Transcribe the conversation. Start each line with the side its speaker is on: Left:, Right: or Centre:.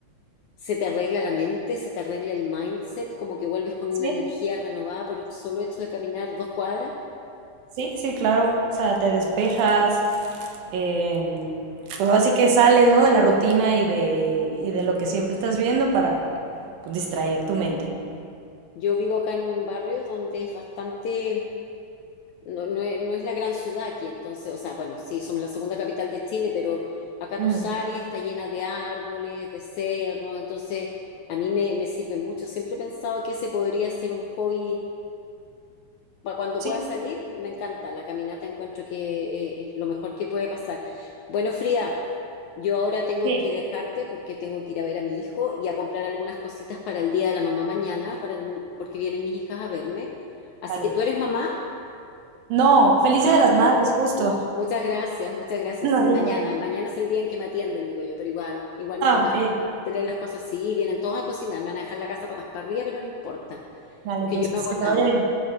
Left: se te arregla la mente, se te arregla el mindset, como que vuelves con
Right: sí.
Left: una energía renovada por el solo hecho de caminar dos cuadras?
Right: Sí, sí, claro. O sea, te despejas, eh, pues así que sales, ¿no? De la rutina y de, y de lo que siempre estás viendo para pues, distraer tu mente.
Left: Yo vivo acá en un barrio donde es bastante, no, no es, no es la gran ciudad aquí, entonces, o sea, bueno, sí, somos la segunda capital de Chile, pero acá
Right: Mm.
Left: tú sales, está llena de árboles, de cerros, entonces a mí me, me sirve mucho. Siempre he pensado que ese podría ser un hobby para cuando
Right: Sí,
Left: pueda salir, me encanta. La caminata encuentro que eh, es lo mejor que puede pasar. Bueno, Frida, yo ahora tengo
Right: sí,
Left: que dejarte porque tengo que ir a ver a mi hijo y a comprar algunas cositas para el día de la mamá mañana, para, porque vienen mis hijas a verme. Así
Right: dale.
Left: que tú eres mamá.
Right: No, feliz
Left: Ah,
Right: Día de las Madres, justo.
Left: mu-
Right: <laughs>
Left: muchas gracias, muchas gracias.
Right: No,
Left: Sí,
Right: yo
Left: mañana.
Right: no.
Left: Mañana es el día en que me atienden, digo yo, pero igual, igual me
Right: Ah,
Left: toca
Right: ok.
Left: tener las cosas así. Y Vienen todos a cocinar, me van a dejar la casa patas para arriba, pero no importa,
Right: Dale,
Left: porque
Right: pues,
Left: yo
Right: pues
Left: no hago
Right: que te
Left: nada.
Right: vaya bien.